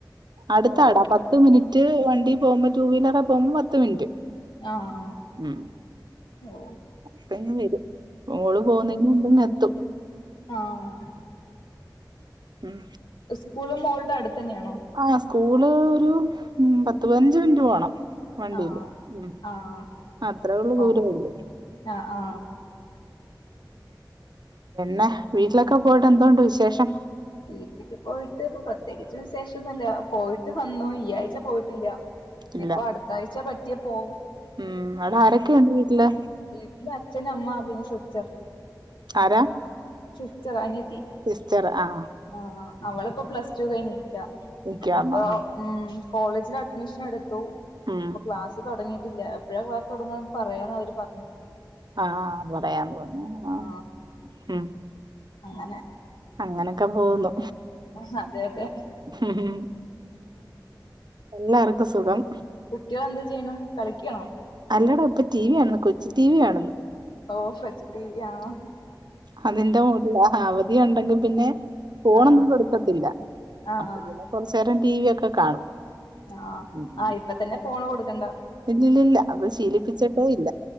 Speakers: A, on the right; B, on the left.
A: അടുത്താ
B: ഓഹ്
A: ടാ ത്ത് മിനിറ്റ് വണ്ടി പോവുമ്പോ. ടു വീലറെ പോവുമ്പോ പത്ത് മിനിറ്റ്
B: ആഹാ
A: ഉം
B: ഓ
A: ഇപ്പ ഇങ്ങ് വരും. ഓള് പോവുന്നതിന് മുമ്പെങ്ങെത്തും
B: ആഹ്
A: ഉം
B: സ്കൂളു മോൾടെ അടുത്തന്നെയാണോ
A: ആ സ്കൂള്, ഒരു പത്ത്, പതിനഞ്ച്, മിൻറ്റ് പോണം വണ്ടീല്.
B: ആഹ്
A: ഉം....
B: ആഹ്
A: അത്രേഒള്ളു. ദൂരേള്ളൂ
B: ഓഹ് ആഹ് ആ
A: പിന്നെ വീട്ടിലൊക്കെ പോയിട്ട് എന്തോണ്ട് വിശേഷം?
B: വീട്ടില് പോയിട്ട് ഇപ്പൊ പ്രത്യേകിച്ച് വിശേഷന്നൊല്ല. പോയിട്ട് വന്നു ഈ ആഴ്ച പോയിട്ടില്ല ഞിപ്പോ
A: ഇല്ല
B: അടുത്താഴ്ച പറ്റിയ പോവും
A: ഉം.. അവിടെ ആരൊക്കെയുണ്ട് വീട്ടില്?
B: വീട്ടില് അച്ഛൻ അമ്മ പിന്നെ, സിസ്റ്റർ
A: ആരാ
B: സിസ്റ്ററാ അനിയത്തി
A: സിസ്റ്ററാ ആ
B: ഉം അവളിപ്പോ പ്ലസ് ടു കഴിഞ്ഞിരിക്ക
A: നിക്കാന്നോ
B: അപ്പൊ
A: ആഹ്
B: ഉം കോളേജിൽ അഡ്മിഷൻ എടുത്തു
A: ഉം
B: അപ്പൊ ക്ലാസ് തുടങ്ങിയിട്ടില്ല പ്പോ എപ്പോ ക്ലാസ് തുടങ്ങാന്ന് പറയാന്ന അവര് പറഞ്ഞത്
A: ആഹ അത് പറയാന്ന് പറഞ്ഞു ആഹ
B: ആ
A: ഉം
B: അങ്ങനെ
A: അങ്ങനെക്കെ പോകുന്നു
B: ഉം അതെ യതെ
A: സുഖം എല്ലാർക്കും സുഖം
B: കുട്ടിയെന്താ ചെയ്യ്ണെ കളിക്കണോ
A: അല്ലടാ ഇപ്പൊ ടി വി കാണ്ന്ന് കൊച്ചി ടി വി കാണെന്ന്
B: ഓ കൊച്ചു ടി വി ആണോ
A: അതിന്റെ മൂഡിലാ അവധി ഉണ്ടെങ്കി പിന്നെ ഫോണൊന്നും
B: ആ
A: കൊടുക്കത്തില്ല
B: ആ
A: അപ്പോ പിന്നെ കൊറച്ചേരം ടി വി ഒക്കെ കാണും
B: ആഹ
A: ഉം
B: ആ ഇപ്പന്നെ ഫോണ് കൊടുക്കണ്ട
A: ഇല്ലില്ലില്ല അത് ശീലിപ്പിച്ചിട്ടേ ഇല്ല